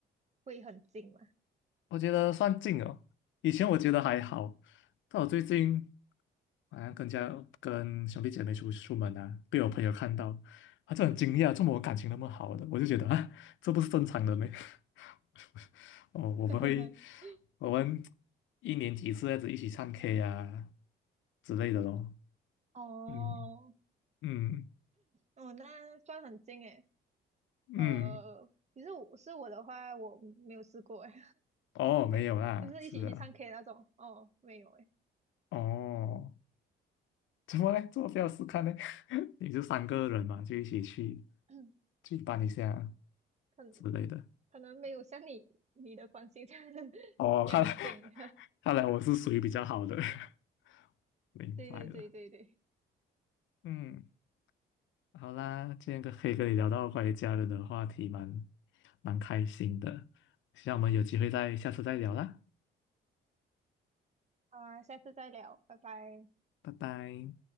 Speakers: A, on the right (about 35°); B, on the left (about 75°).
A: 会很近吗？
B: 我觉得算近哦，以前我觉得还好，但我最近好像跟家跟兄弟姐妹出出门啊，被我朋友看到，他就很惊讶，怎么我感情那么好的？我就觉得啊，这不是正常的咩？<laughs> 哦，我们会
A: <laughs>
B: 我们一年几次这样子一起唱 K 啊之类的咯。
A: 哦，
B: 嗯嗯
A: 哦，那算很近诶。
B: 嗯，
A: 呃，其实我是我的话，我没有试过诶，
B: 哦，没有啦，
A: <laughs> 就是一起去唱
B: 是啊，
A: K 那种，哦，没有诶，
B: 哦。怎么嘞？做要试看呢？<laughs> 你就三个人嘛，就一起去
A: <coughs> <clears throat>
B: 去搬一下
A: 可能
B: 之类的。
A: 可能没有像你你的关系这样 <laughs>
B: 哦，
A: 这样近。
B: 看来 <laughs>
A: <laughs>
B: 看来我是属于比较好的，<laughs> 明白了。
A: 对对对对对。
B: 嗯，好啦，今天跟可以跟你聊到关于家人的话题蛮蛮开心的，希望我们有机会再下次再聊啦，
A: 好啊，下次再聊，拜拜。
B: 拜拜。